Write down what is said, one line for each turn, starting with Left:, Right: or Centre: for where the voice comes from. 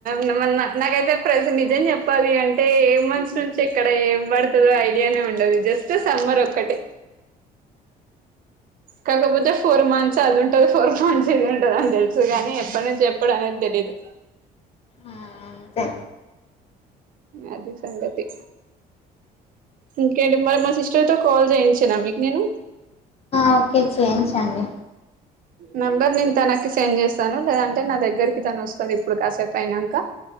Right: న్న నాకైతే ప్రతి నిజం చెప్పాలి అంటే ఏ మనుషులంచి ఎక్కడ ఏం పడుతుందో అయితే వధం ఉండదు జస్ట్ సమ్మర్ ఒక్కటే కాకపోతే ఫోర్ మంత్స్ అది ఉంటది ఫోర్ మంత్స్ ఇది ఉంటది అని తెలుసుగానీ ఎప్పటి నుంచి ఎప్పుడు అనేది తెలీదు
Left: ఆ అంతే
Right: అది సంగతి ఇంకేంటిడి మరి మా సిస్టర్ తో కాల్ చేయించాను మీకు నేను
Left: ఓకే చేయించండి
Right: నెంబర్ నేను తనకి సెండ్ చేస్తాను లేదంటే నా దగ్గరికి తను వస్తుంది ఇప్పుడు కాసేపు అయినాక